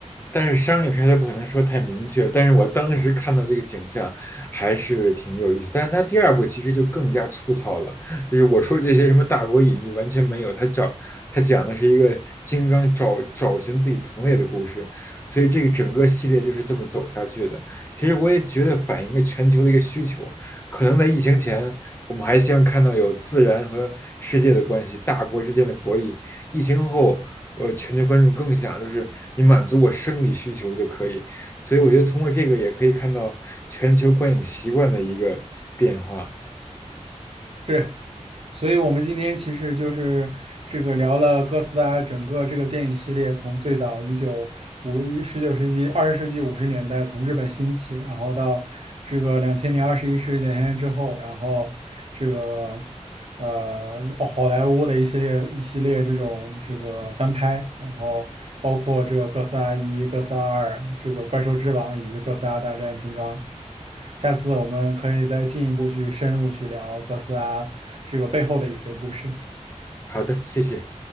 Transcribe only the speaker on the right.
对。所以我们今天其实就是这个聊了哥斯拉整个这个电影系列，从最早一九五一十九世纪二十世纪五十年代从日本兴起，然后到这个两千年二十一世纪两千年之后，然后这个呃哦好莱坞的一系列一系列这种这个翻拍，然后包括这个哥斯拉一、哥斯拉二、这个怪兽之王以及哥斯拉大战金刚。下次我们可以再进一步去深入去聊哥斯拉这个背后的一些故事。